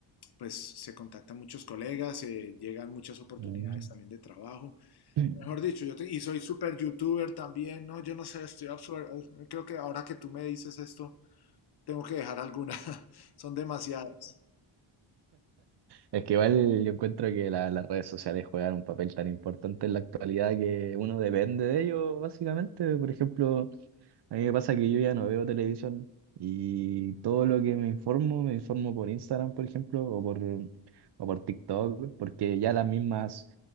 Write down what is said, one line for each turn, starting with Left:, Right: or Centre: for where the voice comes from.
Left: pues se contactan muchos colegas, eh, llegan muchas oportunidades
Right: Mm.
Left: también de trabajo.
Right: <laughs>
Left: Mejor dicho, yo te- y soy super youtuber también, ¿no? Yo no sé, estoy absurdo. Creo que ahora que tú me dices esto, tengo que dejar alguna. <laughs> Son demasiadas.
Right: Es que igual yo encuentro que la- las redes sociales juegan un papel tan importante en la actualidad que uno depende de ellos, básicamente. Por ejemplo, A mí me pasa que yo ya no veo televisión y todo lo que me informo, me informo por Instagram, por ejemplo, o por, o por TikTok, porque ya las mismas,